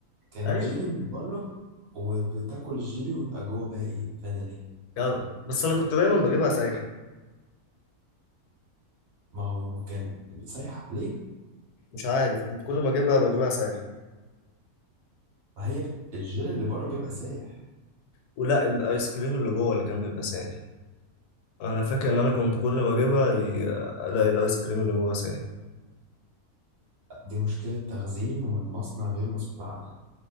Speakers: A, on the right; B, on the left.
A: كانت
B: ايوه
A: جيلي من بره وبتاكل الجيلي ويبقى جوه بقى ايه فانيليا
B: جدع بس انا كنت دايما بجيبها سايحة
A: ما هو كان سايح ليه؟
B: مش عارف كنت كل ما اجيبها بجيبها سايحة
A: ما هي بت- الجيلي اللي بره بيبقى سايح
B: ولا الايس كريم اللي جوه اللي كان بيبقى سايح انا فاكر ان انا كنت كل ما اجيبها ي- الاقي الايس كريم اللي جوه سايح
A: لا دي مشكلة تخزين والمصنع غير مسؤول عنها